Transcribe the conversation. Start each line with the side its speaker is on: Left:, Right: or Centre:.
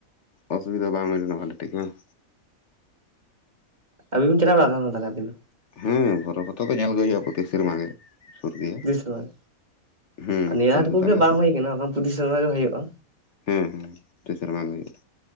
Left: ᱚᱥᱩᱵᱤᱫᱷᱟ ᱵᱟᱝ ᱦᱩᱭ ᱞᱮᱱᱟ ᱴᱷᱤᱠᱟᱹ ᱾
Right: ᱟᱵᱤᱱ ᱵᱤᱱ ᱪᱟᱣ ᱵᱟᱲᱟ ᱟᱠᱟᱱᱟ ᱠᱟᱱᱟ ᱛᱟᱦᱚᱞᱮ ᱟᱵᱤᱱ ᱫᱚ?
Left: ᱦᱮᱸ ᱵᱚᱨᱚᱯᱚᱛᱚ ᱫᱚ ᱧᱮᱞᱜᱮ ᱦᱩᱭᱩᱜᱼᱟ᱾ ᱯᱚᱨᱛᱤ ᱥᱮᱨᱢᱟ ᱜᱮ᱾ ᱥᱩᱨ ᱜᱮᱭᱟ
Right: ᱵᱤᱥᱚᱭ
Left: ᱦᱮᱸ
Right: ᱱᱤᱭᱟᱹ
Left: ᱥᱩᱨ
Right: ᱦᱟᱴ
Left: ᱜᱮᱛᱟᱞᱮᱭᱟ
Right: ᱠᱩ ᱜᱮ ᱵᱟᱝ
Left: ᱛᱚ
Right: ᱦᱩᱭ ᱠᱟᱱᱟ ᱚᱱᱟ ᱯᱚᱨᱤᱥᱢᱟ ᱜᱮ ᱦᱩᱭᱩᱜᱭᱼᱟ᱾
Left: ᱦᱮᱸ ᱦᱮᱸ ᱯᱚᱛᱤ ᱥᱮᱨᱢᱟ ᱜᱮ ᱦᱩᱭᱩᱜᱼᱟ᱾